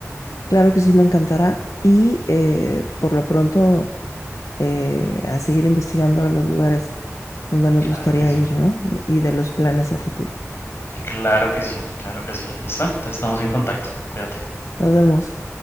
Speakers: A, on the left; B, on the left.
A: claro que sí, me encantará y eh, por lo pronto... eh, a seguir investigando los lugares donde nos
B: Claro
A: gustaría
B: que sí.
A: ir, ¿no? Y de los planes a futuro.
B: Claro que sí, claro que sí. ¿Lista? Entonces estamos en contacto. Cuídate.
A: Nos vemos.